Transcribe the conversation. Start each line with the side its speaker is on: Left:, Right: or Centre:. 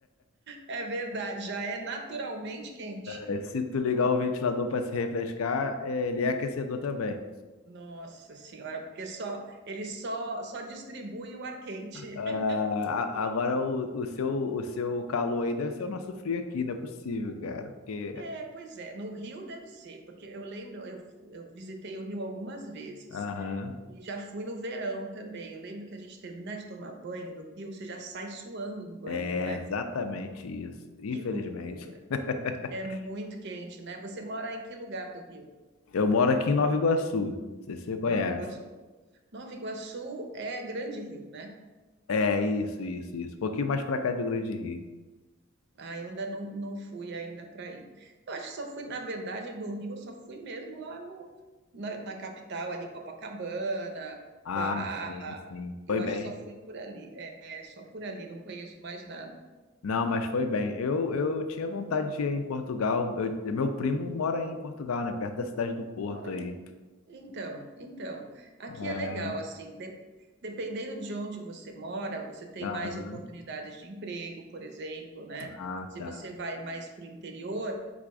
Right: É verdade, já é naturalmente quente.
Left: É, Se tu ligar o ventilador para se refrescar, é, ele é aquecedor também.
Right: Nossa senhora, porque só ele só só distribui o ar quente.
Left: Ah,
Right: <laughs>
Left: a- agora o, o seu, o seu calor aí deve ser o nosso frio aqui, não é possível, cara. Porque
Right: É, pois é, no Rio deve ser, porque eu lembro, eu, eu visitei o Rio algumas vezes
Left: Aham.
Right: e já fui no verão também. Eu lembro que a gente terminar de tomar banho no Rio, você já sai suando do banho,
Left: É
Right: não é?
Left: exatamente isso. Infelizmente.
Right: Que loucura.
Left: <laughs>
Right: É muito quente, né? Você mora em que lugar do Rio?
Left: Eu moro aqui em Nova Iguaçu. Não sei se você conhece.
Right: Nova Iguaçu. Nova Iguaçu é Grande Rio, né?
Left: É, isso, isso, isso. Um pouquinho mais pra cá de Grande Rio.
Right: Ah, eu ainda não, não fui ainda para aí. Eu acho que só fui, na verdade, do Rio, eu só fui mesmo lá no, na, na capital, ali, Copacabana,
Left: Ah,
Right: Barra.
Left: sim, sim.
Right: Eu
Left: Foi bem.
Right: acho que só fui por ali. É, é, só por ali, não conheço mais nada.
Left: Não, mas foi bem. Eu, eu tinha vontade de ir em Portugal. Eu- meu primo mora aí em Portugal, né? Perto da cidade do Porto
Right: Olha.
Left: aí.
Right: Então, então, aqui
Left: É.
Right: é legal, assim, de- dependendo de onde você mora, você tem
Left: Aham.
Right: mais oportunidades de emprego, por exemplo, né?
Left: Ah,
Right: Se
Left: tá.
Right: você vai mais para o interior,